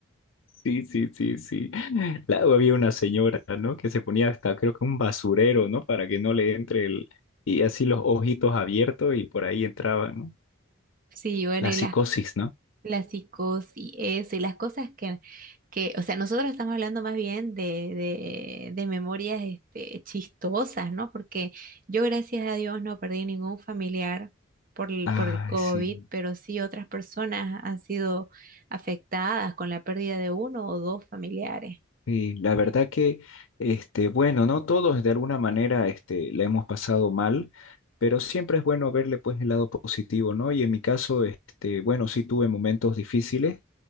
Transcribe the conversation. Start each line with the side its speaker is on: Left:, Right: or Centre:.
Left: sí, sí, sí, sí. <laughs> Luego había una señora, ¿no? Que se ponía hasta, creo que un basurero, ¿no? Para que no le entre el... Y así los ojitos abiertos y por ahí entraban, ¿no?
Right: Sí, bueno,
Left: La
Right: y
Left: psicosis,
Right: las
Left: ¿no?
Right: la psicosis, eso, y las cosas que, que, o sea, nosotros estamos hablando más bien de, de, de memorias este, chistosas, ¿no? Porque yo, gracias a Dios, no perdí ningún familiar por el,
Left: Ay,
Right: por el COVID,
Left: sí.
Right: pero sí otras personas han sido afectadas con la pérdida de uno o dos familiares.
Left: Sí, la verdad que, este, bueno, no todos de alguna manera, este, la hemos pasado mal, pero siempre es bueno verle pues el lado positivo, ¿no? Y en mi caso, este, bueno, sí tuve momentos difíciles,